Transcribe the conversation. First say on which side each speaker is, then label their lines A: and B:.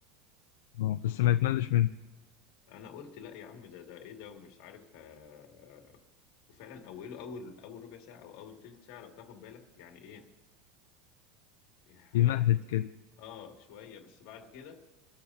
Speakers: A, on the left (about 75°); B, on the left (about 55°).
A: آه، بس ما يتملش منه
B: انا قلت لا يا عم ده ده ايه ده ومش عارف ها... وفعلا اوله اول اول ربع ساعه او اول تلت ساعه لو تاخد بالك يعني ايه احداث
A: يمهد كده
B: اه شويه بس بعد كده